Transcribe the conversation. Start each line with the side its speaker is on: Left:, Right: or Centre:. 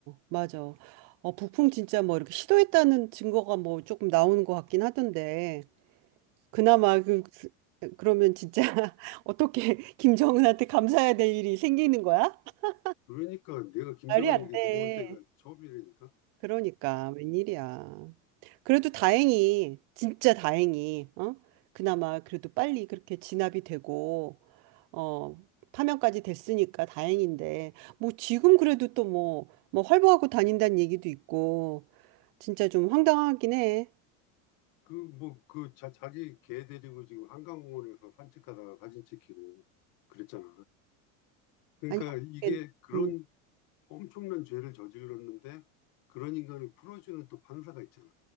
Right: 맞아. 어, 북풍 진짜 뭐 이렇게 시도했다는 증거가 뭐 조금 나오는 것 같긴 하던데. 그나마 그, 그- 그러면 진짜 <laughs> 어떻게 김정은한테 감사해야 될 일이 생기는 거야? <laughs>
Left: 그러니까 내가 김정은이
Right: 말이 안
Left: 이렇게
Right: 돼.
Left: 고마울 때가 처음이라니까.
Right: 그러니까
Left: 아,
Right: 웬일이야. 그래도 다행히 진짜 다행히 어? 그나마 그래도 빨리 그렇게 진압이 되고 어 파면까지 됐으니까 다행인데 뭐 지금 그래도 또 뭐 뭐 활보하고 다닌다는 얘기도 있고 진짜 좀 황당하긴 해.
Left: 그, 뭐, 그, 자, 자기 개 데리고 지금 한강공원에서 산책하다가 사진 찍히고 그랬잖아. 그러니까
Right: 아니 어떻게
Left: 이게 그런
Right: 음,
Left: 엄청난 죄를 저질렀는데 그런 인간을 풀어주는 또 판사가 있잖아.